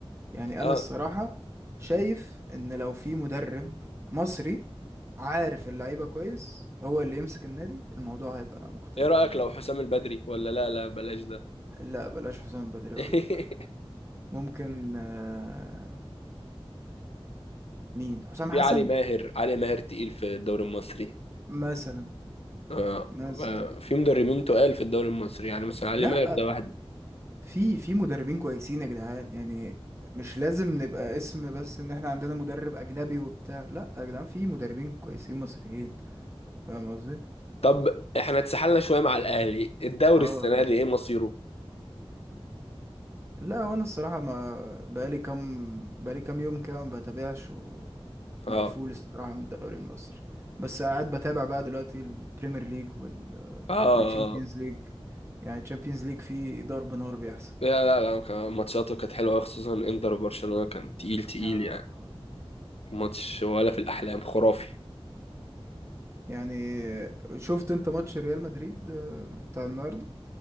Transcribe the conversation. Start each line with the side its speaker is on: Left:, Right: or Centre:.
Right: يعني
Left: اه
Right: انا الصراحه شايف ان لو في مدرب مصري عارف اللعيبه كويس هو اللي يمسك النادي الموضوع هيبقى مختلف
Left: ايه رايك
Right: تمام
Left: لو حسام البدري ولا لا لا بلاش ده
Right: لا بلاش حسام بدري
Left: <laughs>
Right: اقول لك ممكن آه، مين حسام
Left: في
Right: حسن
Left: علي ماهر علي ماهر تقيل في الدوري المصري
Right: مثلا
Left: آه.
Right: مثلا
Left: آه. في مدربين تقال في الدوري المصري يعني مثلا علي
Right: لا
Left: ماهر ده واحد
Right: في في مدربين كويسين يا جدعان يعني مش لازم نبقى اسم بس ان احنا عندنا مدرب اجنبي وبتاع لا يا جدعان في مدربين كويسين مصريين فاهم قصدي
Left: طب احنا اتسحلنا شويه مع الاهلي الدوري
Right: اه
Left: السنه دي ايه مصيره
Right: لا وانا الصراحه ما بقالي كام بقالي كام يوم كده ما بتابعش ومقفول
Left: اه
Right: الصراحه من الدوري المصري بس قاعد بتابع بقى دلوقتي البريمير ليج وال
Left: اه
Right: والتشامبيونز ليج يعني التشامبيونز ليج فيه ضرب نار بيحصل
Left: لا لا لا كان- ماتشاته كانت حلوه أوي، خصوصا انتر وبرشلونه كان تقيل تقيل
Right: آه.
Left: يعني ماتش ولا في الاحلام خرافي
Right: يعني شفت انت ماتش ريال مدريد آه، بتاع النهارده